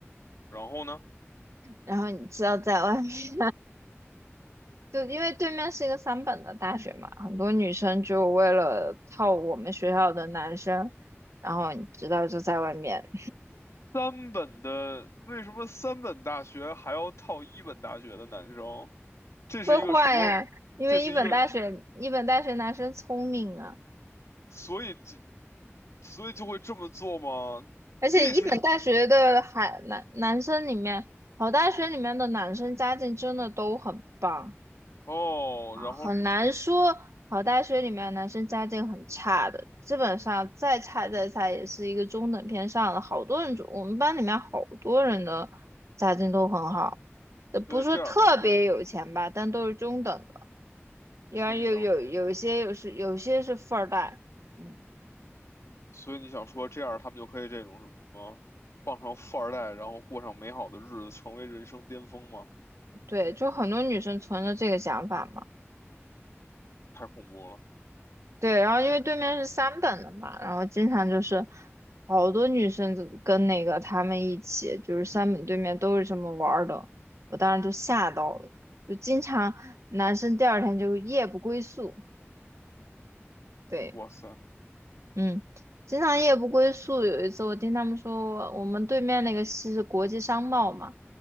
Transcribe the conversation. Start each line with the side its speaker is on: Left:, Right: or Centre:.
Left: 然后呢？
Right: 然后你知道在外面。就因为对面是一个三本的大学嘛，很多女生就为了套我们学校的男生，然后你知道就在外面
Left: 三本的，为什么三本大学还要套一本大学的男生？这是一个什么？
Right: 会坏呀。因为一本大学一本大学男生聪明啊，
Left: 这是一个，所以这，所以就会这么做吗？
Right: 而且一本大学的海男男生里面，
Left: 这是，
Right: 好大学里面的男生家境真的都很棒。
Left: 哦，然后，
Right: 很难说，好大学里面男生家境很差的，基本上再差再差也是一个中等偏上的。好多人就，我们班里面好多人的家境都很好，呃不是说特别有钱吧，
Left: 所以这样，
Right: 但都是中等的。因为有有有一些有是有些是富二代，
Left: 所以你想，
Right: 嗯，
Left: 所以你想说这样，他们就可以这种什么，傍上富二代，然后过上美好的日子，成为人生巅峰吗？
Right: 对，就很多女生存着这个想法嘛。
Left: 太恐怖了，
Right: 对，然后因为对面是三本的嘛，然后经常就是好多女生就跟那个他们一起，就是三本对面都是这么玩儿的，我当时就吓到了，就经常男生第二天就夜不归宿，对。
Left: 哇塞！
Right: 嗯，经常夜不归宿。有一次我听他们说我，们对面那个系是国际商贸嘛，